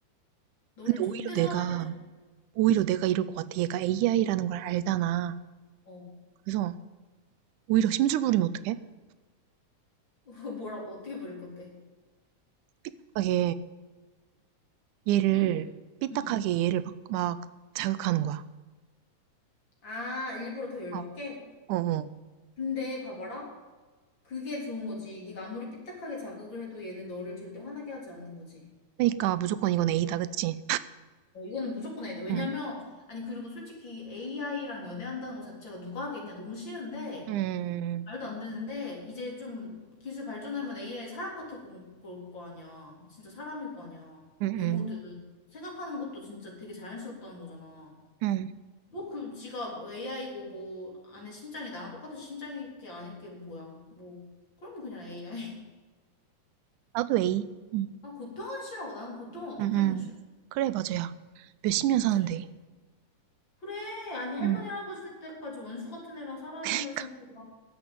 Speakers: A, on the left; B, on the right.
A: 너를
B: 근데
A: 절대
B: 오히려 내가,
A: 서운하게 하지 않는 거지.
B: 오히려 내가 이럴 것 같아. 얘가 AI라는 걸 알잖아.
A: 어, 어.
B: 그래서 오히려 심술 부리면 어떡해?
A: <laughs> 뭐라고, 어떻게 부를 건데?
B: 삐딱하게 얘를,
A: 응?
B: 삐딱하게
A: 응.
B: 얘를 막, 막 자극하는 거야.
A: 아, 일부러 더 열받게?
B: 어, 어, 어.
A: 근데 봐봐라. 그게 좋은 거지. 네가 아무리 삐딱하게 자극을 해도 얘는 너를 절대 화나게 하지 않는 거지.
B: 그러니까 무조건 이건 A다, 그치?
A: 어, 이거는 무조건 A다. 왜냐면,
B: 응,
A: 아니, 그리고 솔직히 AI랑 연애한다는 거 자체가 누가 하겠냐? 너무 싫은데,
B: 응,
A: 말도 안 되는데 이제 좀 기술 발전하면 AI 사람 같을 거- 걸거 아니야. 진짜 사람일 거 아니야.
B: 응,
A: 외모든
B: 응,
A: 생각하는 것도 진짜 되게 자연스럽다는 거잖아.
B: 응.
A: 뭐 그 지가 AI고 뭐 안에 심장이 나랑 똑같은 심장일 게 아닐 게 뭐야. 뭐 그럼 그냥 AI. <laughs>
B: 나도 A. 응.
A: 난 고통은 싫어. 나는 고통은 어떻게든
B: 응응.
A: 싫어.
B: 그래,
A: 응.
B: 맞아야. 몇십 년 사는데.
A: 그치? 그래. 아니, 할머니,
B: 응.
A: 할아버지 될 때까지 원수 같은 애랑
B: <laughs>
A: 살아야
B: 그니까,
A: 된다고 생각해봐.